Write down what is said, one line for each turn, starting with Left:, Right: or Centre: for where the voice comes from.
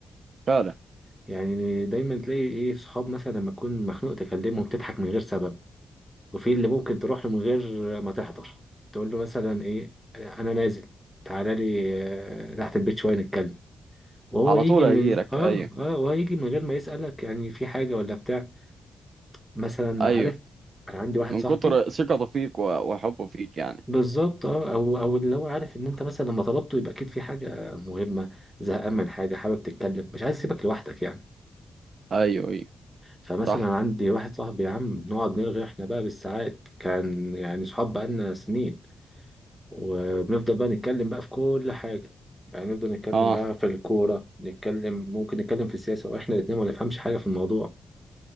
Right: فعلا
Centre: يعني دايما تلاقي ايه صحاب مثلا لما تكون مخنوق تكلمهم تضحك من غير سبب وفي اللي ممكن تروح له من غير ما تحضر تقول له مثلا ايه انا نازل تعالى لي آه، تحت البيت شوية نتكلم وهو
Right: على
Centre: يجي
Right: طول
Centre: من
Right: هيجيلك
Centre: اه
Right: أيوه
Centre: اه وهو يجي من غير ما يسألك يعني في حاجة ولا بتاع مثلا
Right: أيوه
Centre: عارف انا عندي واحد
Right: من
Centre: صاحبي
Right: كتر ثقته فيك و- وحبه فيك يعني
Centre: بالظبط اه او او اللي هو عارف ان انت مثلا لما طلبته يبقى اكيد في حاجه مهمه زهقان من حاجه حابب تتكلم مش عايز اسيبك لوحدك يعني
Right: أيوه أيوه
Centre: فمثلا
Right: صح
Centre: عندي واحد صاحبي يا عم بنقعد نرغي احنا بقى بالساعات كان يعني صحاب بقالنا سنين وبنفضل بقى نتكلم بقى في كل حاجه يعني نفضل نتكلم
Right: أه
Centre: بقى في الكوره نتكلم ممكن نتكلم في السياسه واحنا الاتنين ما نفهمش حاجه في الموضوع